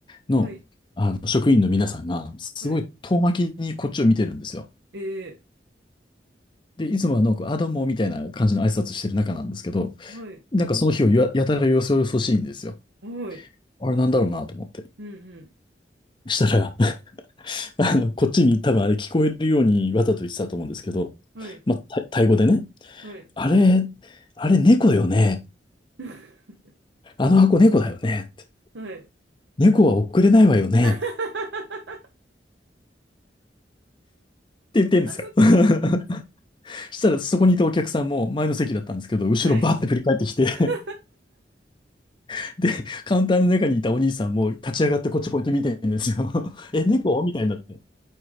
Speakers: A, on the left (about 25°); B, on the right (about 85°).
A: のあの職員の皆さんが、
B: はい、
A: すごい遠巻きにこっちを見てるんですよ。
B: はい、ええ、
A: で、いつもはなんか、あ、どうも、みたいな感じの挨拶してる中なんですけど、
B: はい、
A: なんかその日をややたらよそよそしいんですよ。
B: はい、
A: あれなんだろうなと思って。
B: うんう
A: したら、あの、こっちに多分あれ聞こえるようにわざと言ってたと思うんですけど、
B: ん、はい、
A: まあ、タイタイ語でね、
B: はい、
A: あれ、あれ猫よね。
B: <laughs>
A: あの箱猫だよね。って
B: はい。
A: 猫は送れないわよね。
B: <laughs>
A: って言ってんですよ。
B: そっか、
A: <laughs> したらそこにいたお客さんも前の席だったんですけど、後ろバーって振り返ってきて
B: はい。<laughs>
A: <laughs> で、カウンターの中にいたお兄さんも立ち上がってこっちこうやって見てるんですよ。<laughs> え、猫みたいになって。